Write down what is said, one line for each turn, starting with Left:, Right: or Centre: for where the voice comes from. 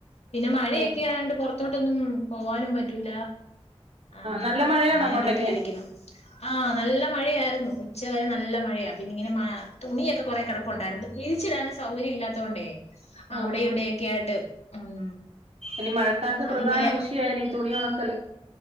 Left: പിന്നെ മഴയൊക്കെ
Right: ആഹ്
Left: ആയോണ്ട് പുറത്തോട്ടൊന്നും പോവാനും പറ്റൂല. ആഹ്
Right: നല്ല മഴയാണോ
Left: അങ്ങനെ
Right: അങ്ങോട്ടൊക്കെ
Left: വീട്ടിലിരിക്കുന്നു. ആഹ് നല്ല മഴയായിരുന്നു. ഉച്ച വരെ നല്ല മഴയാ. പിന്നെ ഇങ്ങനെ മ തുണിയൊക്കെ കുറെ കിടപ്പുണ്ടായിരുന്നു. വിരിച്ചിടാൻ സൗകര്യം ഇല്ലാത്തൊണ്ടേ അവിടെ
Right: ആഹ്
Left: ഇവിടെയൊക്കെ
Right: ആഹ്
Left: ആയിട്ട് ഉം
Right: ഇനി മഴക്കാലത്ത്
Left: അതിങ്ങനെ
Right: പ്രധാന വിഷയാ ഇനി തുണി ഉണക്കല്.